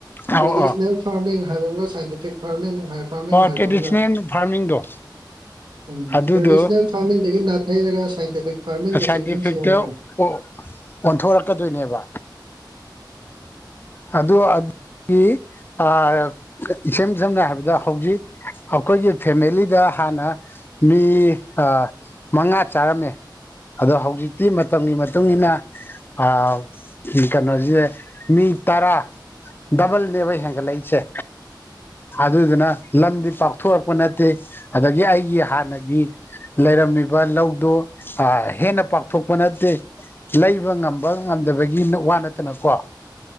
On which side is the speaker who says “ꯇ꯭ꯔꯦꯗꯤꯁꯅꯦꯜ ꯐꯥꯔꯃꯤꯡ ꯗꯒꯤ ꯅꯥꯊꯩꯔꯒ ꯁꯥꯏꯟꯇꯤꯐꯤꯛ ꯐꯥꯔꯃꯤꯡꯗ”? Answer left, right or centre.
Right